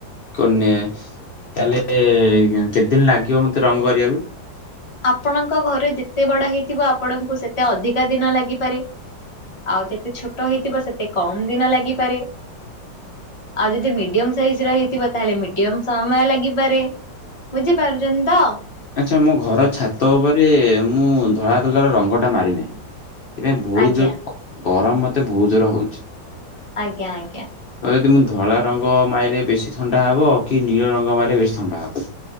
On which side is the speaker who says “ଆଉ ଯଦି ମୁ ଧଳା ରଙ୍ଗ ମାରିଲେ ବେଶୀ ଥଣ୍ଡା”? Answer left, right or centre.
Left